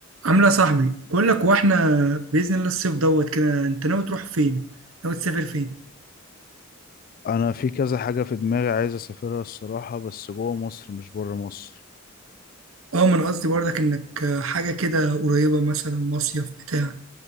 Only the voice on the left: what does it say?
انا في كذا حاجة في دماغي عايز اسافرها الصراحة بس جوه مصر مش بره مصر